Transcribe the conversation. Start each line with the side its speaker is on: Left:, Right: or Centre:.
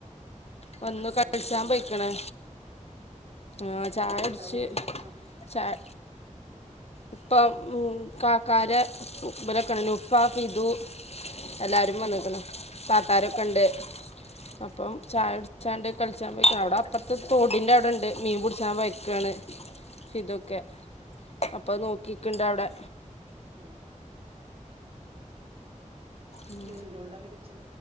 Left: വന്നു
Right: ചായടിയൊക്കെ
Left: കളിക്കാൻ
Right: കഴിഞ്ഞോ
Left: പോയിക്ക്ണ് ആഹ് ചായ
Right: എങ്ങട്ടാ
Left: കുടിച്ച്
Right: ഓക്ക് കളിച്ചോ
Left: ചായ ഇപ്പം കാക്കാര ഇവരൊക്കെണ്ട് ഉപ്പ ഫിതു എല്ലാരും വന്നിക്ക്ണ് താത്താരൊക്കെ ഇണ്ട്, അപ്പം ചായ കു ച്ചാണ്ട് കളിച്ചാൻ പോയിക്ക്ണ്
Right: ഓലെപ്പളാ
Left: അവടെ അപ്പർത്ത് തോടിന്റെ അവിടെണ്ട് മീൻ പിടിച്ചാൻ പോയി <unintelligible> ഫിതു ഒക്കെ അപ്പൊ നോക്കിക്ക്ണ്ട് അവടെ
Right: ഏഹ്
Left: ഉം
Right: എന്തുകൊണ്ടാ മീൻ പിടിച്ചേ